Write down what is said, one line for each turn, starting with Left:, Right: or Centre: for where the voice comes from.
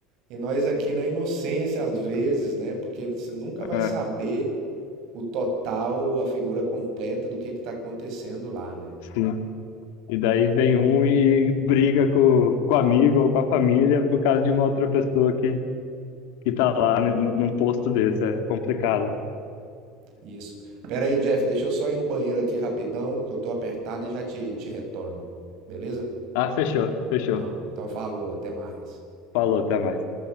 Right: E nós aqui na inocência, às vezes, né? Porque você nunca vai
Left: É,
Right: saber o total, a figura completa do que está acontecendo lá, né?
Left: sim. E daí vem um e briga com, com o amigo ou com a família por causa de uma outra pessoa que, que tá lá né, num num posto desse. É complicado.
Right: Isso. Pera aí, Jeff, deixa eu só ir no banheiro aqui rapidão, que eu tô apertado e já te, te retorno. Beleza?
Left: Ah, fechou, fechou.
Right: Então, então falou, até mais.
Left: Falou, até mais.